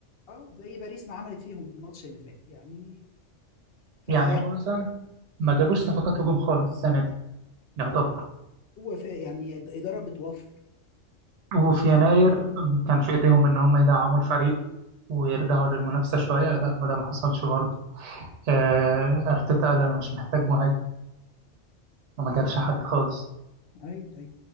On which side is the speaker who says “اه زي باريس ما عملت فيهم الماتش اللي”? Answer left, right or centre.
Left